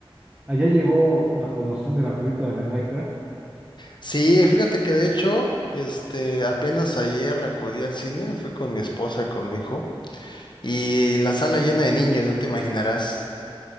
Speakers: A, on the right; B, on the left.
A: allá llegó la promoción de la película de Minecraft.
B: Sí, fíjate que de hecho, este, apenas ayer acudí al cine, fui con mi esposa, con mi hijo, y la sala llena de niños, no te imaginarás.